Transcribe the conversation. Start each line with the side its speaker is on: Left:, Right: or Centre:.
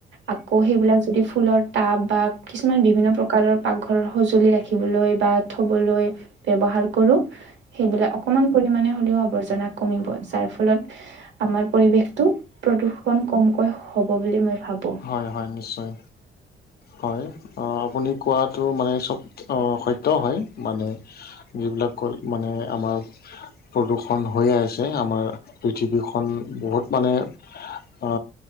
Right: আকৌ সেইবিলাক যদি ফুলৰ টাব বা কিছুমান বিভিন্ন প্ৰকাৰৰ পাকঘৰৰ সঁজুলি ৰাখিবলৈ বা থ'বলৈ ব্যৱহাৰ কৰো সেইবিলাক অকমান পৰিমানে হ'লেও আৱৰ্জনা কমিব যাৰ ফলত আমাৰ পৰিৱেশটো প্ৰদূষণ কমকৈ হ'ব বুলি মই ভাবো।
Left: হয়- হয় নিশ্চয়। হয় অ, আপুনি কোৱাটো মানে চব অ, সত্য হয় মানে যিবিলাক কৈ মানে আমাক প্ৰদূষণ হৈয়ে আছে আমাৰ পৃথিৱীখন বহুত মানে আ,